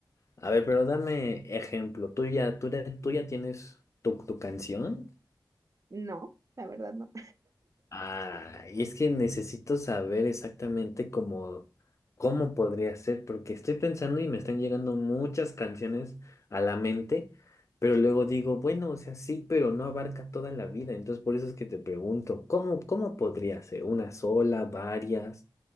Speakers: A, on the left; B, on the right.
A: A ver, pero dame ejemplo. ¿Tú ya, tú ya, tú ya tienes tu, tu canción?
B: No, la verdad no.
A: Ah, y es que necesito saber exactamente cómo, cómo podría ser, porque estoy pensando y me están llegando muchas canciones a la mente, pero luego digo, bueno, o sea, sí, pero no abarca toda la vida. Entonces, por eso es que te pregunto, ¿cómo, cómo podría ser? ¿Una sola, varias?